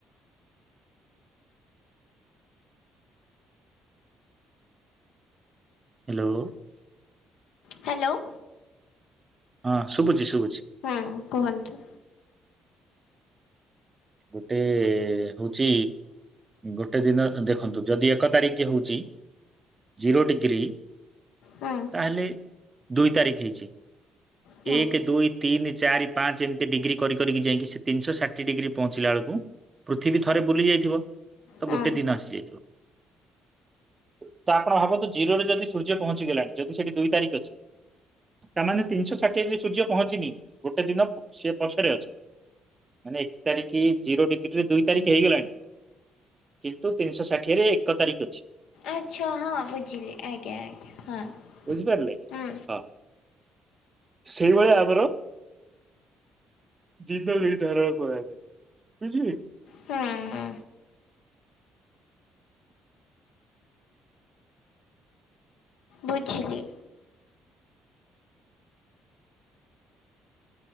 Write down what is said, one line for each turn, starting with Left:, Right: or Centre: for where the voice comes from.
Right: ହ୍ୟାଲୋ।
Left: ହ୍ୟାଲୋ।
Right: ହଁ ଶୁଭୁଛି-ଶୁଭୁଛି।
Left: ହଁ କୁହନ୍ତୁ?
Right: ଗୋଟେ ହଉଛି ଗୋଟେ ଦିନ ଦେଖନ୍ତୁ ଯଦି ଏକ ତାରିଖ ହଉଛି ଜିରୋ ଡ଼ିଗ୍ରୀ ତା
Left: ହୁଁ
Right: ହେଲେ ଦୁଇ ତାରିଖ ହେଇଛି।
Left: ହୁଁ
Right: ଏକ, ଦୁଇ, ତିନି, ଚାରି, ପାଞ୍ଚ ଏମିତି ଡ଼ିଗ୍ରୀ କରି କରିକି ଯାଇକି ସେ ତିନିଶହ ଷାଠିଏ ଡ଼ିଗ୍ରୀ ପହଞ୍ଚ ଞ୍ଚିଲାବେଳକୁ ପୃଥିବୀ ଥରେ ବୁଲି ଯାଇଥିବ ତ
Left: ହୁଁ
Right: ଗୋଟେ ଦିନ ଆସିଯାଇଥିବ। ତ ଆପଣ ଭାବନ୍ତୁ ଜିରୋ ରେ ଯଦି ସୂର୍ଯ୍ୟ ପହଞ୍ଚିଗଲାଣି ଯଦି ସେଠି ଦୁଇ ତାରିଖ ଅଛି ତା ମାନେ ତିନିଶହ ଷାଠିଏ ସୂର୍ଯ୍ୟ ପହଞ୍ଚିନି ଗୋଟେ ଦିନ ସେ ପଛରେ ଅଛି। ମାନେ ଏକ ତାରିଖ ଜିରୋ ଡ଼ିଗ୍ରୀ ରେ ଦୁଇ ତାରିଖ ହେଇଗଲାଣି। କିନ୍ତୁ ତିନିଶହ ଷାଠିଏରେ ଏକ ତାରିଖ ଅଛି।
Left: ଆଚ୍ଛା ହଁ ବୁଝିଲି ଆଜ୍ଞା-ଆଜ୍ଞା ହଁ।
Right: ବୁଝିପାରିଲେ
Left: ହୁଁ
Right: ହଁ ସେଇଭଳିଆ ଆମର ଦିନ ଦିଟାର। <unintelligible> <unintelligible>
Left: ହୁଁ ହୁଁ ବୁଝିଲି।